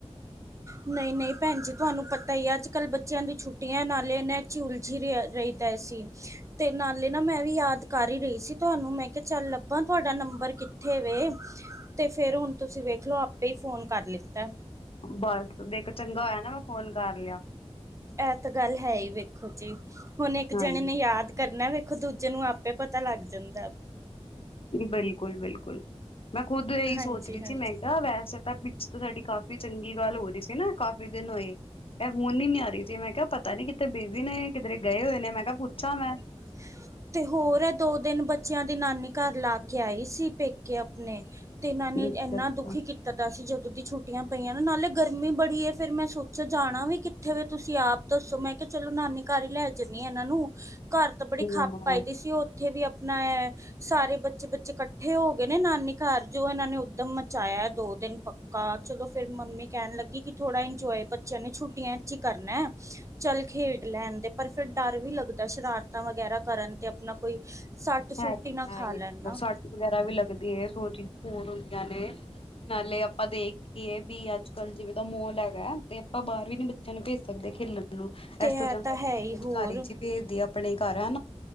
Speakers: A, on the right (about 30°); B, on the left (about 55°).
A: ਨਹੀਂ ਨਹੀਂ ਭੈਣ ਜੀ ਤੁਹਾਨੂੰ ਪਤਾ ਹੀ ਹੈ ਅੱਜ ਕੱਲ੍ਹ ਬੱਚਿਆਂ ਦੀ ਛੁੱਟੀਆਂ ਨਾਲੇ ਨੇ ਝ ਉਲਝੀ ਰ ਰਹੀਦਾ ਸੀ ਤੇ ਨਾਲੇ ਨਾ ਮੈਂ ਵੀ ਯਾਦ ਕਰ ਹੀ ਰਹੀ ਸੀ ਤੁਹਾਨੂੰ ਮੈਂ ਕਿਹਾ ਚੱਲ ਲੱਭਾਂ ਤੁਹਾਡਾ ਨੰਬਰ ਕਿੱਥੇ ਵੇ ਤੇ ਫਿਰ ਹੁਣ ਤੁਸੀਂ ਵੇਖਲੋ ਆਪੇ ਹੀ ਫੋਨ ਕਰ ਲਿੱਤਾ
B: ਬਸ ਦੇਖੋ ਚੰਗਾ ਹੋਇਆ ਨਾ ਮੈਂ ਫੋਨ ਕਰ ਲਿਆ
A: ਇਹ ਤਾਂ ਗੱਲ ਹੈ ਹੀ ਵੇਖੋ ਜੀ ਹੁਣ ਇੱਕ
B: ਹਾਂਜੀ
A: ਜਣੇ ਨੇ ਯਾਦ ਕਰਨਾ ਵੇਖੋ ਦੂਜੇ ਨੂੰ ਆਪੇ ਪਤਾ ਲੱਗ ਜਾਂਦਾ
B: ਬਿਲਕੁਲ ਬਿਲਕੁਲ ਮੈਂ ਖੁੱਦ ਇਹੀ
A: ਹਾਂਜੀ
B: ਸੋਚ ਰਹੀ
A: ਹਾਂਜੀ
B: ਸੀ ਮੈਂ ਕਿਹਾ ਵੈਸੇ ਤਾਂ ਪਿੱਛ ਤਾਂ ਸਾਡੀ ਕਾਫ਼ੀ ਚੰਗੀ ਗੱਲ ਹੋ ਰਹੀ ਸੀ ਨਾ ਕਾਫੀ ਦਿਨ ਹੋਏ ਇਹ ਹੁਣ ਨੀ ਆ ਰਹੀ ਸੀ ਮੈਂ ਕਿਹਾ ਪਤਾ ਨੀ ਕਿੱਥਤੇ ਬਿਜ਼ੀ ਨੇ ਕਿਧਰੇ ਗਏ ਹੋਏ ਨੇ ਮੈਂ ਕਿਹਾ ਪੁੱਛਾਂ ਮੈਂ
A: ਹ ਤੇ ਹੋਰ ਹੈ ਦੋ ਦਿਨ ਬੱਚਿਆਂ ਦੀ ਨਾਨੀ ਘਰ ਲਾ ਕੇ ਆਈ ਸੀ ਪੇਕੇ ਆਪਣੇ ਤੇ ਇਹਨਾਂ ਨੇ
B: ਅੱਛਾ
A: ਇੰਨਾ
B: ਅੱਛਾ
A: ਦੁਖੀ ਕੀਤਾ ਤਦ ਅਸੀਂ ਜਦੋਂ ਦੀ ਛੁੱਟੀਆਂ ਪਈਆਂ ਨਾ ਨਾਲੇ ਗਰਮੀ ਬੜੀ ਹੈ ਫਿਰ ਮੈਂ ਸੋਚਿਆ ਜਾਣਾ ਵੀ ਕਿੱਥੇ ਵ ਤੁਸੀਂ ਆਪ ਦੱਸੋ ਮੈਂ ਕਿਹਾ ਚਲੋ ਨਾਨੀ ਘਰ ਹੀ ਲੈ ਜਾਂਦੀ ਹਾਂ ਇਹਨਾਂ ਨੂੰ ਘਰ ਤਾਂ ਬੜੀ ਖਾਪ
B: ਹਾਂ
A: ਪਾਈ ਦੀ ਸੀ ਉੱਥੇ ਵੀ ਆਪਣਾ ਹੈ ਸਾਰੇ ਬੱਚੇ ਬੱਚੇ ਇਕੱਠੇ ਹੋ ਨੇ ਨਾਨੀ ਘਰ ਜੋ ਇਹਨਾਂ ਨੇ ਉੱਦਮ ਮਚਾਇਆ ਦੋ ਦਿਨ ਪੱਕਾ ਚਲੋ ਫਿਰ ਮੰਮੀ ਕਹਿਣ ਲੱਗੀ ਕਿ ਥੋੜਾ ਇੰਜੋਏ ਬੱਚਿਆਂ ਨੇ ਛੁੱਟੀਆਂ ਚ ਹੀ ਕਰਨਾ ਚੱਲ ਖੇਡ ਲੈਣਦੇ ਪਰ ਫਿਰ ਡਰ ਵੀ ਲੱਗਦਾ ਸ਼ਰਾਰਤਾਂ ਵਗੈਰਾ ਕਰਨ ਤੇ ਆਪਣਾ ਕੋਈ ਸੱਟ ਸੁੱਟ
B: ਹੈ
A: ਹੀ
B: ਤਾਂ
A: ਨਾ
B: ਹੈ
A: ਖਾ ਲੈਣ ਨਾ
B: ਸੱਟ ਵਗੈਰਾ ਵੀ ਲੱਗਦੀ ਹੈ ਸੋਚ ਫਨ ਹੁੰਦੀਆਂ ਨੇ ਨਾਲੇ ਆਪਾਂ ਦੇਖ ਕੇਏ ਵੀ ਅੱਜ ਕੱਲ ਜਿਵੇਂ ਦਾ ਮਾਹਲ ਹੈਗਾ ਤੇ ਆਪਾਂ ਬਾਹਰ ਵੀ ਨੀ ਬੱਚਿਆਂ ਨੂੰ ਭੇਜ ਸਕਦੇ ਖੇਲਣ ਮੈਨੂੰ
A: ਤੇ
B: ਇਸ
A: ਇਹ
B: ਤੋਂ ਚੰ
A: ਤਾਂ
B: ਮੈਂ
A: ਹੈ
B: ਅਧਿ
A: ਹੀ
B: ਘਕਾਰ
A: ਹੋਰ
B: ਚ ਹੀ ਭੇਜਦੀ ਆ ਆਪਣੇ ਘਰ ਹੈਾ